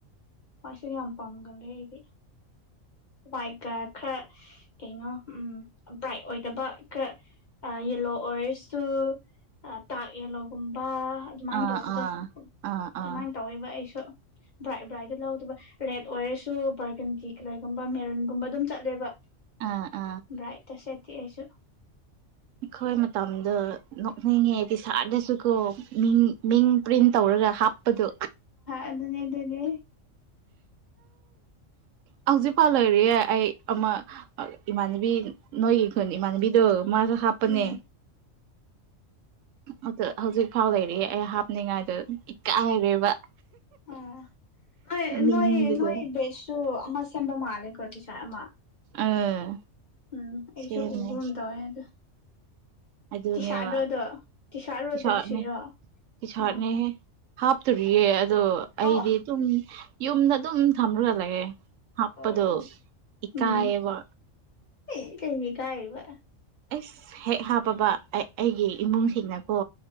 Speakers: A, on the left; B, on the right.
A: ꯍ꯭ꯋꯥꯏꯠꯁꯦ ꯌꯥꯝ ꯄꯥꯝꯒꯜꯂꯦ ꯑꯩꯗꯤ ꯋꯥꯏꯠꯀ ꯈꯔ ꯀꯩꯅꯣ ꯎꯝ ꯕ꯭ꯔꯥꯏꯠ ꯑꯣꯏꯗꯕ ꯀꯥ__ ꯑꯥ ꯌꯦꯂꯣ ꯑꯣꯏꯔꯁꯨ ꯑꯥ ꯇꯥꯛ ꯌꯦꯜꯂꯣꯒꯨꯝꯕ ꯑꯃꯥꯏꯟ
B: ꯑꯥ
A: ꯇꯧꯕꯗꯣ
B: ꯑꯥ ꯑꯥ
A: ꯑꯗꯨꯃꯥꯏ
B: ꯑꯥ
A: ꯇꯧꯋꯦꯕ ꯑꯩꯁꯨ ꯕ꯭ꯔꯥꯏꯠ ꯕ꯭ꯔꯥꯏꯠꯗ ꯂꯧꯗꯕ ꯔꯦꯗ ꯑꯣꯏꯔꯁꯨ ꯕꯔꯒꯟꯗꯤ ꯀ꯭ꯂꯦꯒꯨꯝꯕ ꯃꯦꯔꯨꯟꯒꯨꯝꯕ ꯑꯗꯨꯝ ꯆꯠꯂꯦꯕ
B: ꯑꯥ ꯑꯥ
A: ꯕ꯭ꯔꯥꯏꯠ ꯇ ꯁꯦꯠꯇꯦ ꯑꯩꯁꯨ
B: ꯑꯩꯈꯣꯏ ꯃꯇꯝꯗꯣ ꯅꯣꯛꯅꯤꯡꯉꯦꯗꯤ ꯁꯥꯔꯗꯁꯨꯀꯣ ꯃꯤꯡ ꯃꯤꯡ ꯄ꯭ꯔꯤꯟ ꯇꯧꯔꯒ ꯍꯥꯞꯄꯗꯣ
A: ꯑꯗꯨꯅꯦ ꯑꯗꯨꯅꯦ
B: ꯍꯧꯖꯤꯛꯐꯥꯎ ꯂꯩꯔꯤꯌꯦ ꯑꯩ ꯑꯃ ꯑꯥ ꯏꯃꯥꯟꯅꯕꯤ ꯅꯣꯏꯒꯤ ꯈꯨꯟ ꯏꯃꯥꯟꯅꯕꯤ ꯗꯣ ꯃꯥꯖꯨ ꯍꯥꯞꯄꯅꯦ
A: ꯎꯝ
B: ꯑꯗꯨ ꯍꯧꯖꯤꯛ ꯐꯥꯎ ꯂꯩꯔꯤꯌꯦ ꯑꯩ ꯍꯥꯞꯅꯤꯡꯉꯥꯏꯗꯣ ꯏꯀꯥꯏꯔꯦꯕ
A: ꯑꯣ ꯑꯩ
B: ꯃꯤꯡꯒꯗꯣ
A: ꯅꯣꯏ ꯅꯣꯏ ꯕꯦꯁꯁꯨ ꯑꯃ ꯁꯦꯝꯕ ꯃꯥꯜꯂꯦꯀꯣ ꯇꯤꯁ꯭ꯥꯔꯠ ꯑꯃ
B: ꯑꯥ
A: ꯎꯝ ꯑꯩꯁꯨ
B: ꯁꯦꯝꯃꯦ
A: ꯎꯒꯨꯝ ꯇꯧꯋꯦ ꯑꯗꯣ
B: ꯑꯗꯨꯅꯦꯕ
A: ꯇꯤꯁ꯭ꯔꯥꯗꯔꯣ ꯑꯗꯣ ꯇꯤꯁ꯭ꯔꯥꯠꯔꯣ
B: ꯇꯤ
A: ꯖꯔꯁꯤꯔꯣ
B: ꯁꯥꯔꯠꯅꯦ ꯇꯤ ꯁꯥꯔꯠꯅꯤꯍꯦ
A: ꯑꯣ
B: ꯍꯥꯞꯇꯣꯔꯤꯌꯦ ꯑꯗꯣ ꯑꯩꯗꯤ
A: ꯑꯣ
B: ꯑꯗꯨꯝ ꯌꯨꯝꯗ ꯑꯗꯨꯝ ꯊꯝꯔꯒꯥ ꯂꯩꯌꯦ ꯍꯥꯞꯄꯗꯣ
A: ꯑꯣ
B: ꯏꯀꯥꯏꯌꯦꯕ
A: ꯎꯝ ꯑꯦ ꯀꯩꯅꯣ ꯏꯀꯥꯏꯔꯤꯕ
B: ꯑꯩꯁ ꯍꯦꯛ ꯍꯥꯞꯄꯕ ꯑꯩ ꯑꯩꯒꯤ ꯏꯃꯨꯡꯁꯤꯡꯅꯀꯣ